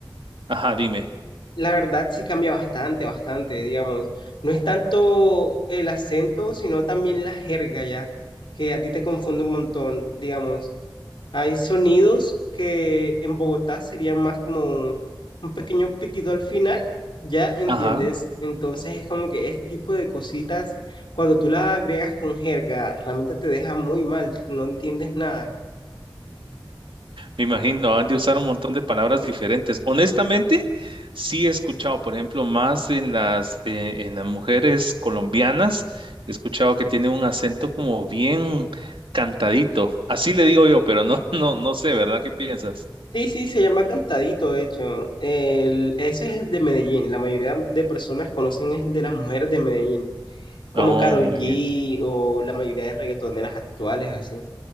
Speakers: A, on the right; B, on the left.
A: ajá, dime.
B: la verdad sí cambia bastante, bastante, digamos. No es tanto el acento, sino también la jerga ya, que a ti te confunde un montón, digamos. Hay sonidos que en Bogotá serían más como un, un pequeño pitido al final, ¿ya entiendes?
A: Ajá,
B: Entonces es como que este tipo de cositas, cuando tú las agregas con jerga, realmente te deja muy mal, no entiendes nada.
A: me imagino, han de usar un montón de palabras diferentes. Honestamente, sí he escuchado, por ejemplo, más en las, eh, en las mujeres colombianas, he escuchado que tiene un acento como bien cantadito. Así le digo yo, pero no, <laughs> no, no sé, ¿verdad? ¿Qué piensas?
B: Sí, sí, se llama cantadito, de hecho. El- ese es el de Medellín. La mayoría de personas conocen es el de las mujeres de Medellín, como
A: Oh,
B: Karol
A: muy
B: G
A: bien.
B: o la mayoría de reggaetoneras actuales, así.